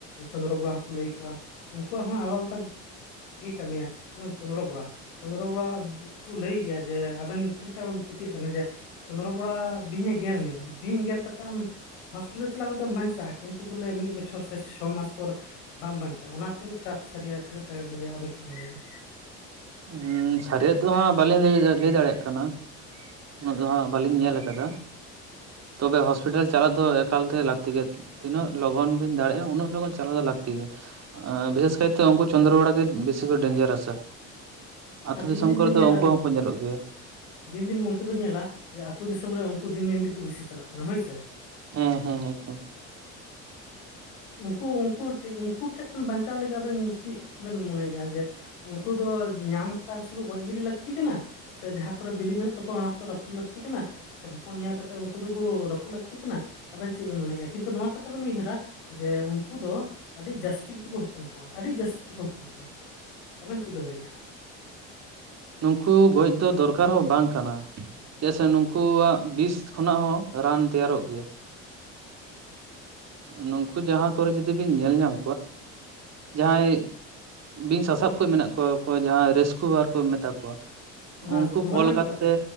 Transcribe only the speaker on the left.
ᱪᱚᱱᱫᱽᱨᱚ ᱵᱚᱲᱟ ᱦᱚᱸ ᱠᱩ ᱞᱟᱹᱭ ᱠᱚᱣᱟ ᱩᱱᱠᱩᱣᱟᱜ ᱦᱚᱸ ᱟᱞᱟᱫᱟ ᱜᱮᱭ ᱠᱟᱹᱢᱤᱭᱟ ᱡᱮᱢᱚᱱ ᱪᱚᱱᱫᱽᱲᱚ ᱵᱚᱲᱟ, ᱪᱚᱱᱫᱽᱨᱟ ᱵᱚᱲᱟ ᱟᱜ ᱠᱚ ᱞᱟᱹᱭ ᱜᱮᱭᱟ ᱡᱮ ᱟᱵᱮᱱ ᱛᱤᱱᱟᱹᱜ ᱴᱟᱜ ᱮᱢ ᱯᱟᱹᱛᱭᱟᱹᱜ ᱠᱟᱱᱟ ᱡᱮ ᱪᱚᱱᱫᱽᱨᱚ ᱵᱚᱲᱟ ᱵᱤᱧ ᱮ ᱜᱮᱨ ᱢᱮᱭᱟ, ᱵᱤᱧ ᱜᱮᱨ ᱠᱟ ᱠᱟᱛᱮᱜ ᱟᱢ ᱦᱚᱥᱯᱤᱴᱟᱞ ᱪᱟᱞᱟᱣ ᱠᱟᱛᱮᱜ ᱮᱢ‌ ᱵᱟᱧᱪᱟᱜ-ᱟ, ᱠᱤᱱᱛᱩ ᱠᱚ ᱞᱟᱹᱭᱟ ᱢᱤᱫ ᱵᱚᱪᱷᱚᱨ ᱥᱮ ᱪᱷᱚ ᱢᱟᱥ ᱯᱚᱨ ᱵᱟᱢ‌ ᱵᱟᱧᱪᱟᱜ-ᱟ, ‌ ᱚᱱᱟ ᱛᱤᱱᱟᱹᱜ ᱴᱟᱠ ᱥᱟᱹᱨᱤᱭᱟ ᱛᱤᱱᱟᱹᱜ ᱴᱟ ᱮᱲᱮᱭᱟ ᱟᱵᱤᱱ ᱪᱤᱜ ᱵᱤᱱ ᱞᱟᱹᱭ‌ ᱫᱟ?
ᱟᱨ ᱫᱤᱱ
ᱫᱤᱱ
ᱵᱮᱱ
ᱧᱮᱞᱟ
ᱜᱚᱝᱠᱮ
ᱫᱤᱱ ᱫᱤᱱ ᱜᱚᱝᱠᱮ ᱯᱮ ᱧᱮᱞᱟ, ᱡᱮ ᱟᱛᱳ ᱫᱤᱥᱚᱢ ᱨᱮ ᱩᱱᱠᱩ ᱫᱤᱱ ᱫᱤᱱ ᱛᱮᱠᱚ ᱵᱤᱥᱤ ᱪᱟᱞᱟᱜ ᱠᱟᱱᱟ ᱦᱳᱭ ᱥᱮ᱾
ᱩᱱᱠᱩ ᱩᱱᱠᱩ ᱩᱱᱠᱩ ᱴᱷᱮᱱ ᱠᱷᱚᱱ ᱵᱟᱧᱪᱟᱣ ᱞᱟᱹᱜᱤᱫ ᱟᱵᱮᱱ ᱪᱮᱫ ᱵᱮᱱ ᱢᱚᱱᱮᱭᱮᱫ-ᱟ ᱡᱮ ᱩᱱᱠᱩ ᱫᱚ ᱧᱟᱢ ᱥᱮᱠᱩ ᱜᱚᱡ ᱜᱤᱰᱤ ᱞᱟᱹᱠᱛᱤ ᱠᱟᱱᱟ, ᱥᱮ ᱡᱟᱦᱟᱸ ᱠᱚᱨᱮ ᱵᱤᱞᱤ ᱢᱮᱱᱟᱜ ᱛᱟᱠᱚᱣᱟ ᱚᱱᱟ ᱠᱚ ᱨᱟᱹᱯᱩᱫ ᱞᱟᱹᱠᱛᱤ ᱠᱟᱱᱟ᱾ ᱥᱮ ᱦᱚᱯᱚᱱ ᱧᱮᱞ ᱠᱟᱛᱮ ᱩᱱᱠᱩ ᱫᱚᱠᱚ ᱨᱟᱹᱯᱩᱫ ᱞᱟᱹᱠᱛᱤ ᱠᱟᱱᱟ ᱟᱵᱮᱱ ᱪᱮᱫ ᱵᱮᱱ ᱢᱚᱱᱮᱫ-ᱟ᱾ ᱠᱤᱱᱛᱩ ᱱᱚᱣᱟ ᱠᱟᱛᱷᱟ ᱵᱮᱱ ᱩᱭᱦᱟᱹᱨᱟ ᱡᱮ ᱩᱱᱠᱩ ᱫᱚ ᱟᱹᱰᱤ ᱡᱟᱹᱥᱛᱤ ᱠᱟᱛᱮ ᱠᱚ ᱦᱚᱯᱚᱱ ᱠᱚᱣᱟ, ᱟᱹᱰᱤ ᱡᱟᱹᱥᱛᱤ ᱛᱮᱠᱚ ᱦᱚᱱ- ᱯᱚᱱ ᱠᱚᱣᱟ ᱟᱵᱮᱱ ᱪᱮᱫ ᱵᱮᱱ ᱞᱟᱹᱭᱮᱫ-ᱟ?
ᱚᱱᱟ
ᱜᱚᱵᱷᱚᱨᱢᱮᱱᱴ
ᱛᱟᱞᱟᱛᱮ